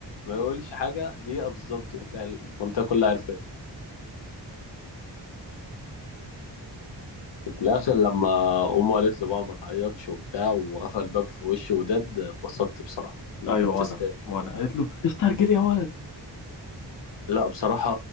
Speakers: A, on the left (about 80°); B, on the left (about 50°).
A: ما يقولش حاجه دقيقه بالظبط وتلاقي المنطقه كلها عرفت في الاخر لما امه قالت له بقى ما تعيطش وبتاع وقفل الباب في وشه وداد اتبسطت بصراحه انا
B: ايوه
A: كانت
B: وانا
A: تستاهل
B: وانا قالت له استرجل يا ولد
A: لا بصراحه